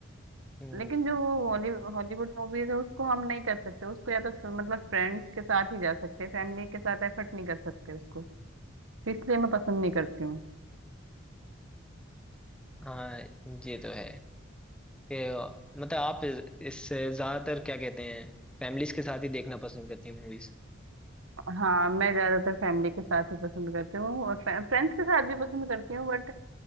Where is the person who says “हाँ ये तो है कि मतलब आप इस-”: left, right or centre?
Centre